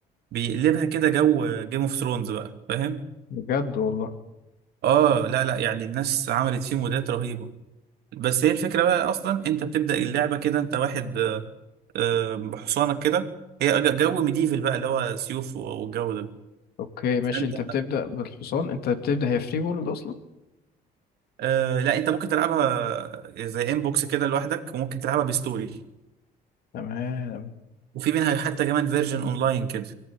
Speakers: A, on the right; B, on the left.
A: بيقلبها كده جو جيم اوف ثرونز بقى فاهم
B: بجد والله
A: اه لا لا يعني الناس عملت فيه مودات رهيبة بس هي الفكرة بقى اصلا انت بتبدأ اللعبة كده انت واحد آه، آه، بحصانك كده هي ج- جو ميديفل بقى اللي هو سيوف و- والجو ده
B: اوكي ماشي
A: فانت
B: انت بتبدأ بالحصان انت بتبدأ هي فري وورلد اصلا
A: آه لا انت ممكن تلعبها زي انبوكس كده لوحدك وممكن تلعبها بستوري
B: تمام
A: وفي منها حتى كمان فيرجن اونلاين كده